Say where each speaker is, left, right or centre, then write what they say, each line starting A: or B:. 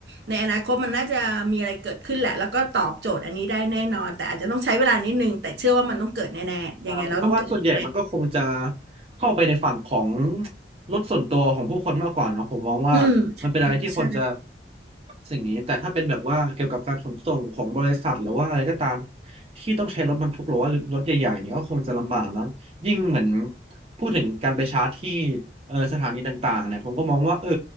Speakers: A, on the right; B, on the right.
A: ในอนาคตมันน่าจะมีอะไรเกิดขึ้นแหละแล้วก็ตอบโจทย์อันนี้ได้แน่นอนแต่อาจจะต้องใช้เวลานิดนึงแต่เชื่อว่ามันต้องเกิดแน่ๆยังไงเราต้องเกิดแน่
B: คเพราะว่าส่วนใหญ่มันก็คงจะเข้าไปในฝั่งของรถส่วนตัวของผู้คนมากกว่าเนอะผมมองว่ามันเป็นอะไรที่คนจะ
A: ๆอืมใช่ใช่
B: สิ่งนี้แต่ถ้าเป็นแบบว่าเกี่ยวกับการขนส่งของบริษัทหรือว่าอะไรก็ตามที่ต้องใช้รถบรรทุกหรือว่ารถใหญ่ๆเนี่ยก็คงจะลำบากแลยิ่งเหมือนพูดถึงการไปชาร์จที่เออสถานีต่างๆเนี่ยผมก็มองว่าเออ